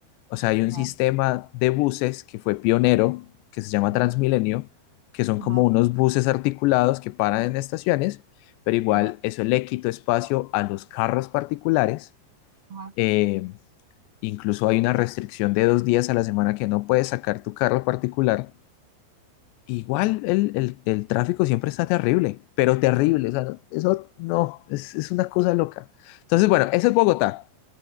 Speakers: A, on the left (about 80°); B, on the right (about 40°).
A: O sea, hay
B: Ajá,
A: un sistema de buses que fue pionero, que se llama
B: ajá,
A: Transmilenio, que son
B: ajá,
A: como unos buses articulados que paran en estaciones, pero igual
B: ajá,
A: eso le quitó espacio a los carros particulares.
B: ajá.
A: Eh, incluso hay una restricción de dos días a la semana que no puedes sacar tu carro particular. Igual el, el- el tráfico siempre está terrible, pero terrible. O sea, no- eso no, es, es una cosa loca. Entonces, bueno, eso es Bogotá.